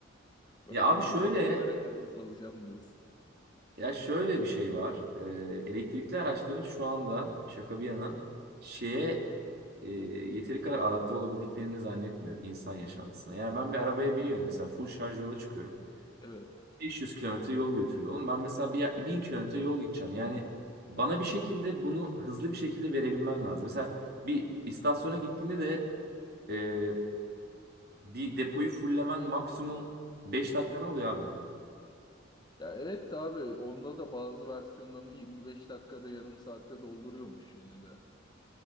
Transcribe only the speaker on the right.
Ya abi
şöyle
ya şöyle bir şey var. Ee, elektrikli araçların şu anda şaka bir yana şeye e, yeteri kadar adapte olabildiklerini zannetmiyorum insan yaşantısına. Yani ben bir arabaya biniyorum mesela full şarj yola çıkıyorum.
500 kilometre yol götürüyor. Oğlum ben mesela bir yer, 1000 kilometre yol gideceğim. Yani bana bir şekilde bunu hızlı bir şekilde verebilmen lazım. Mesela bir istasyona gittiğinde de e, bir depoyu fullemen maksimum 5 dakikanı alıyor abi.